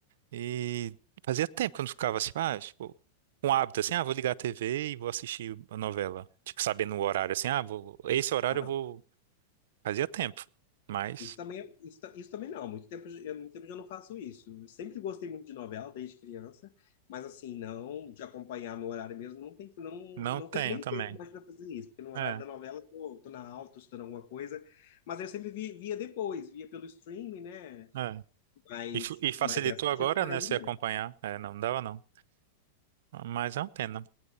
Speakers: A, on the right; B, on the left.
A: e fazia tempo que eu não ficava assim, ah, tipo, com hábito assim, ah, vou ligar a TV e vou assistir a novela. Tipo, sabendo o horário assim, ah, vou, esse horário
B: dava.
A: eu vou. Fazia tempo, mas
B: Isso também, é- isso, ta- isso também não. Há muito tempo, eu, há muito tempo eu já não faço isso. Eu sempre gostei muito de novela, desde criança, mas assim, não, de acompanhar no horário mesmo, não tem, não,
A: não
B: não
A: tenho
B: tem nem
A: também.
B: tempo mais para fazer isso, porque no
A: É,
B: horário da novela eu tô, tô na aula, tô estudando alguma coisa, mas eu sempre vi- via depois, via pelo streaming, né?
A: é.
B: Mas,
A: E, fu- e facilitou
B: mas essa eu
A: agora,
B: tive que pagar
A: né,
B: de
A: se
B: mão.
A: acompanhar. É, não dava não. Mas é uma pena.